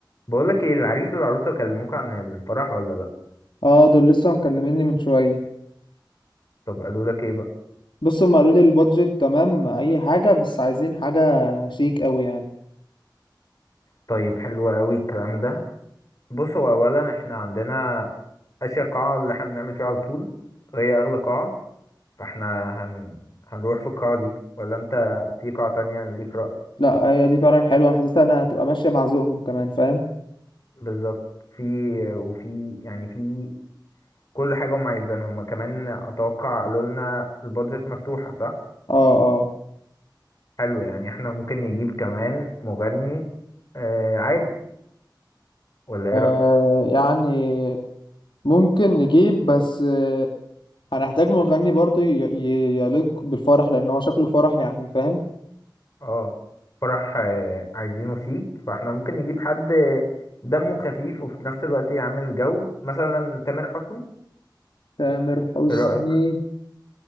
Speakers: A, on the left; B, on the left.
A: بقولك ايه العريس والعروسة كلموك عن الفرح ولا لأ
B: اه دول لسه مكلميني من شويه
A: طب قالوا لك ايه بقى
B: بص هم قالوا لي البادجت تمام اي حاجه بس عايزين حاجه شيك قوي يعني
A: طيب حلو قوي الكلام ده بص هو اولا احنا عندنا اشياء قاعة اللي احنا بنعمل فيها على طول وهي اغلى قاعة فاحنا هن... هنروح في القاعة دي ولا انت في قاعة تانية ليك رأي
B: لا هي دي فعلا حلوه انا حاسسها انها هتبقى ماشيه مع ذوقهم كمان فاهم
A: بالظبط في وفي يعني في كل حاجة هم عايزينها هم كمان اتوقع قالوا لنا البادجت مفتوحة صح
B: اه اه
A: حلو يعني احنا ممكن نجيب كمان مغني آه عادي ولا ايه
B: آه،
A: رأيك
B: يعني ممكن نجيب بس آه، هنحتاج مغني برضه ي- ي- يليق بالفرح لان هو شكله فرح يعني فاهم
A: اه فرح آه، عايزينه شيك فاحنا ممكن نجيب حد آه، دمه خفيف وفي نفس الوقت يعمل جو مثلا تامر حسني
B: تامر حسني
A: ايه رأيك